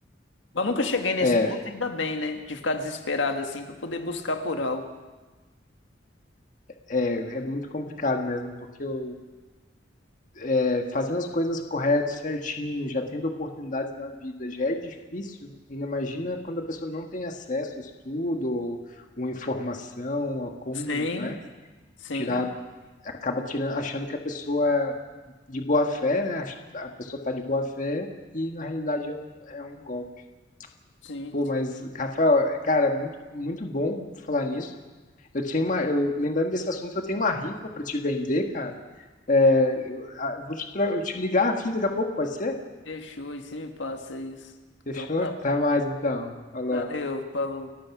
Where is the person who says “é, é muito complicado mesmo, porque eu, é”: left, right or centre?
Left